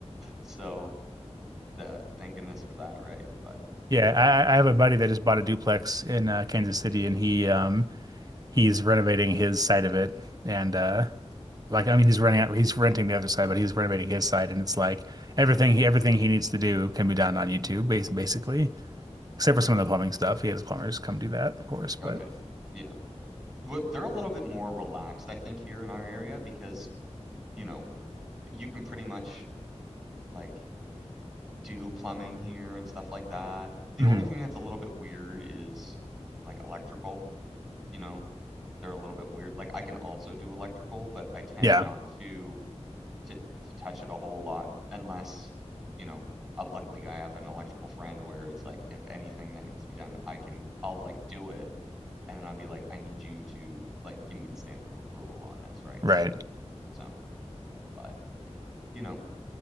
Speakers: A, in the centre; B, on the right.
A: So that thank goodness for that, right? But
B: Yeah, I,
A: you know,
B: I have a buddy that just bought a duplex in uh, Kansas City, and he um he's renovating his side of it, and uh like I mean he's running out he's renting the other side, but he's renovating his side, and it's like everything he everything he needs to do can be done on YouTube, bas- basically, except for some of the plumbing stuff. He has plumbers come do that, of course, but
A: okay, yeah, What- they're a little bit more relaxed, I think, here in our area because you know you can pretty much like. do plumbing here and stuff like that. The
B: Mhm.
A: only thing that's a little bit weird is like electrical, you know. They're a little bit weird. Like I can also do electrical, but I tend
B: Yeah,
A: not to to to touch it a whole lot unless, you know, uh, luckily I have an electrical friend where it's like if anything that needs to be done, I can I'll like do it and then I'll be like I need you to like give me the stamp of approval on this, right?
B: right.
A: So so but you know,